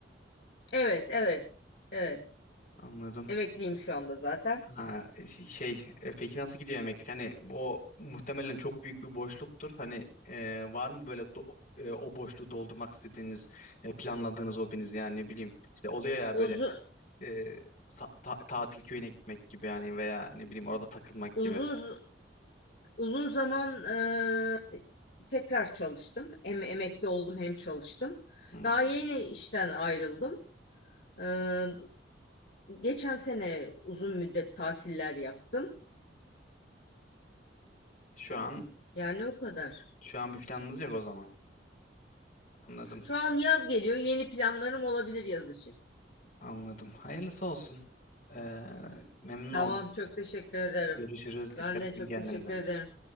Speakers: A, on the left; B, on the left.
A: Evet, evet, evet.
B: Anladım.
A: Emekliyim şu anda zaten.
B: Ha, şey şey, e, peki nasıl gidiyor emeklilik? Hani o muhtemelen çok büyük bir boşluktur. Hani e, var mı böyle do- e, o boşluğu doldurmak istediğiniz, e, planladığınız hobiniz yani ne bileyim. İşte oluyor ya
A: Uzun,
B: böyle e, sa- ta- tatil köyüne gitmek gibi yani veya ne bileyim orada takılmak
A: uzun
B: gibi.
A: Uzun zaman eee, tekrar çalıştım. Hem emekli oldum hem çalıştım.
B: Hı hı.
A: Daha yeni işten ayrıldım. Eee, geçen sene uzun müddet tatiller yaptım.
B: Şu an
A: Yani o kadar.
B: şu an bir planınız yok o zaman. Anladım.
A: Şu an yaz geliyor. Yeni planlarım olabilir yaz için.
B: Anladım. Hayırlısı olsun. Ee, memnun
A: Tamam,
B: oldum.
A: çok teşekkür ederim.
B: Görüşürüz. Dikkat
A: Ben de
B: edin
A: çok
B: kendinize.
A: teşekkür ederim.